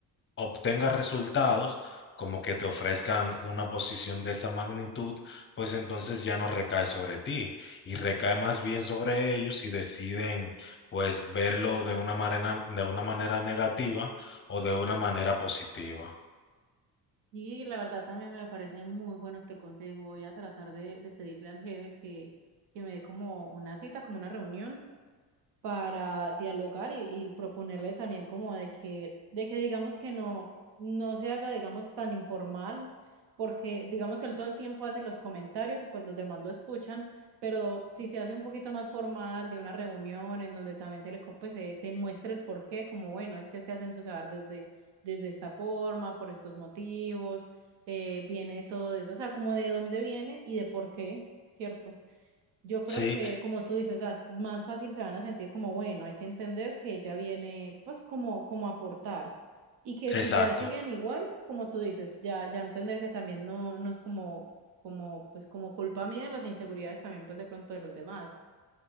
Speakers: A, on the left (about 30°); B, on the right (about 75°).
A: obtengas resultados, como que te ofrezcan una posición de esa magnitud, pues entonces ya no recae sobre ti y recae más bien sobre ellos y deciden pues verlo de una manera, de una manera negativa o de una manera positiva.
B: Y la verdad también me parece muy bueno este consejo. Voy a tratar de, de pedirle al jefe que, que me dé como una cita, como una reunión para dialogar y, y proponerle también como de que, de que digamos que no, no se haga, digamos, tan informal, porque digamos que él todo el tiempo hace los comentarios y pues los demás lo escuchan, pero si se hace un poquito más formal de una reunión en donde también se le co- pues, se, se muestra el porqué, como bueno, es que este ascenso se va a dar desde, desde esta forma, por estos motivos, eh, viene todo desde, o sea, como de dónde viene y de por qué, ¿cierto? Yo creo
A: Sí,
B: que, como tú dices, o sea, es más fácil se van a sentir como, bueno, hay que entender que ella viene, pues, como, como a aportar. Y que
A: exacto.
B: si ya siguen igual, como tú dices, ya, ya entender que también no, no es como, como, pues, como culpa mía las inseguridades también, pues, de pronto de los demás.